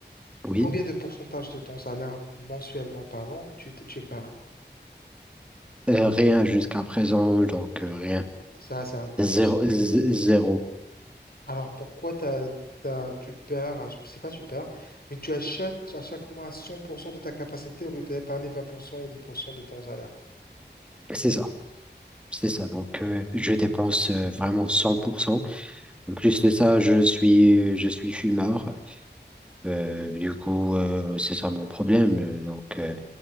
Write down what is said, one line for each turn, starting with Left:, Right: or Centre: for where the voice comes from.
Centre: Oui.
Left: Combien de pourcentage de ton salaire mensuellement parlant tu, tu épargnes?
Centre: Euh, rien jusqu'à présent, donc euh, rien.
Left: Ça, c'est un grand
Centre: Zéro,
Left: souci.
Centre: z- zéro.
Left: Alors pourquoi t'as- t'as- tu perds, je- c'est pas tu perds, mais tu achètes à chaque mois à 100% de ta capacité au lieu d'épargner vingt pour cent ou dix pour cent de ton salaire.
Centre: C'est ça. C'est ça. Donc, euh, je dépense euh, vraiment 100%. En plus de ça, je suis, je suis fumeur. Euh, du coup, euh, c'est ça mon problème. Euh, Donc, euh,